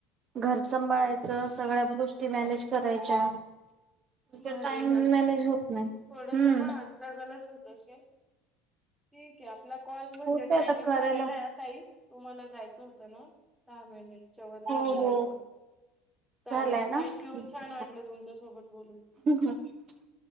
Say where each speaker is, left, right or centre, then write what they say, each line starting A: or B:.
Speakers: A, on the right; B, in the centre.
A: घर सांभाळायचं
B: हा हा.
A: सगळ्या गोष्टी मॅनेज करायच्या.
B: भारी
A: ते टाईम
B: ना
A: मॅनेज होत नाही
B: थोडस
A: हम्म.
B: हा स्ट्रगलच होत असेल ठीक आहे आपला कॉल म्हणजे
A: होते
B: टायमिंग
A: आता करायला
B: झालेला आहे अ ताई. तुम्हाला जायचं होतं ना टायमिंग झालेला
A: हो हो
B: असेल चालेल
A: झालाय ना
B: थँक्यू
A: ठीक
B: छान
A: आहे
B: वाटलं तुमच्या सोबत बोलून.
A: <unintelligible>